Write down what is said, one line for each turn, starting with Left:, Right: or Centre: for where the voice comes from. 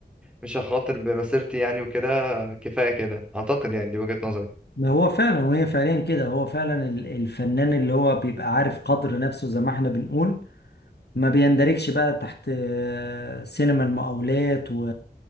Centre: مش هخاطر بمسيرتي يعني وكده كفايه كده اعتقد يعني دي وجهه نظري
Left: ما هو فعلا وهي فعليا كده هو فعلا ال- الفنان اللي هو بيبقى عارف قدر نفسه زي ما احنا بنقول ما بيندركش بقى تحت آه، سينما المقاولات و...